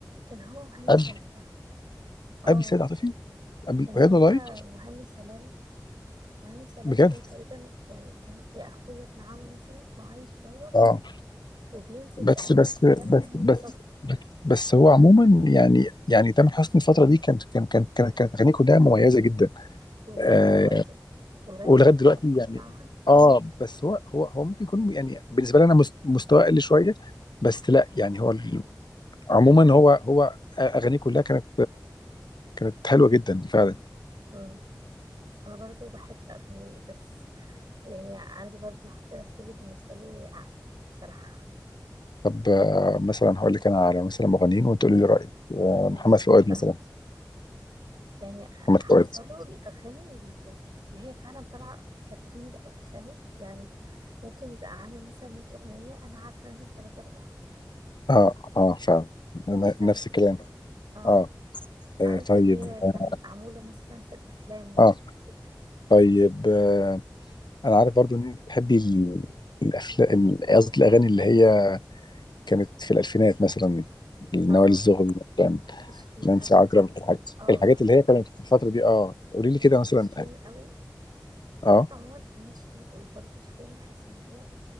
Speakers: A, on the right; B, on the left.
A: كان هو وهاني
B: قبل
A: سلامة اه
B: قبل سيد عاطفي قبل
A: كان
B: وهي
A: هو
B: والله
A: وهاني سلامة وهاني سلامة
B: بجد
A: ده تقريبا يعني كان يا أخويا ابن عمه مثلا وعايش بره
B: اه
A: وبينزل
B: بس
A: بقى هاني
B: بس
A: سلامة
B: بس
A: وهند
B: بس
A: صبري
B: بس, بس هو عموما يعني يعني تامر حسني الفتره دي كانت كان كان كانت كانت اغانيه كلها مميزه جدا
A: ولغاية
B: آه
A: دلوقتي ولغاية
B: ولغايه
A: دلوقتي
B: دلوقتي
A: أنا بسمعها
B: يعني اه
A: بجد
B: بس هو هو هو ممكن يكون يعني بالنسبه لي انا مست- مستواه اقل شويه بس لا يعني هو ال- عموما هو هو اغانيه كلها كانت كانت حلوه جدا فعلا
A: مم. أنا برضو بحب أغانيه بس يعني عندي برضو محطة الغسيل بالنسبة لي أعلى بصراحة
B: طب آه، مثلا هقول لك انا على مثلا مغنيين وانت قولي لي رايك آه،
A: ماشي
B: محمد فؤاد
A: اتفقنا
B: مثلا
A: يعني
B: محمد
A: حافظة
B: فؤاد
A: له الأغاني اللي اللي هي فعلا طالعة كترند أوي فاهم يعني ممكن يبقى عامل مثلا 100 أغنية أنا عارفة منهم تلاتة أربعة
B: اه اه فعلا ن-
A: مش أوي
B: نفس الكلام
A: اه
B: اه آه،
A: عارف
B: طيب
A: اللي هي كان
B: اه
A: معمولة مثلا في الأفلام
B: آه،
A: كده.
B: طيب آه، انا عارف برضو ان انت بتحبي ال- الافلام ال- قصدي الاغاني اللي هي كانت في الالفينات مثلا نوال
A: اه
B: الزغبي مثلا
A: بحب شيرين
B: نانسي
A: قوي
B: عجرم
A: دي
B: الحاجات
A: اه
B: الحاجات
A: بحب
B: اللي هي كانت في الفتره دي اه قولي لي
A: بحب
B: كده مثلا
A: شيرين قوي
B: اه
A: بحب عموما أغاني شيرين قوي برضو شيرين بحس إن هي ما